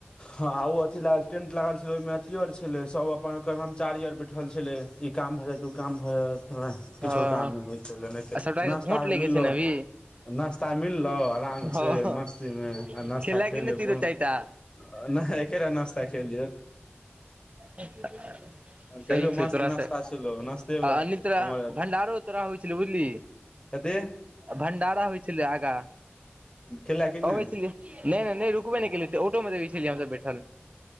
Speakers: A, on the left; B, on the right.
A: हँ ओ अथी लागल टेंट लागल छै ओहिमे अथी आर छलै सब अपन कर्मचारी आर बैठल छले इ काम भए जात उ काम भ जात
B: हँ
A: किछो काम न हो नहि ते
B: आ सभटाके
A: नाश्ता
B: भोट लैके
A: मिललो
B: छै ने अभी
A: नाश्ता मिललौ आरामसँ
B: हँ
A: मस्तीमे आ नाश्ता
B: खेलए
A: खयलहु
B: कि नहि तीनो
A: कोनो
B: चारि टा
A: नहि एकेटा नास्ता खेलियौ
B: एक सही
A: कहलियौ
B: छौ
A: मस्त
B: तोरासँ
A: नास्ता छलौ नास्ते
B: आ
A: मे
B: अ तो
A: हमर
B: भंडारो तोरा होइ छल बुझलि
A: कते
B: भण्डारा होइ छलै आगाँ
A: खेला कि नहि
B: अबै छलिय नहि नहि रुकबे नहि गेलियै ऑटो मे वि छैल य हमस बैठल